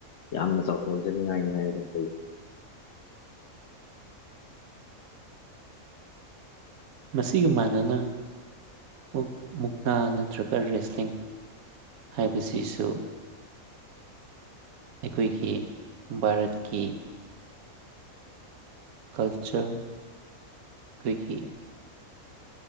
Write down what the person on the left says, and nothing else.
ꯌꯥꯝꯅ ꯆꯥꯎꯊꯣꯛꯆꯅꯤꯡꯉꯥꯏꯅꯤ ꯍꯥꯏꯔꯒ ꯐꯩ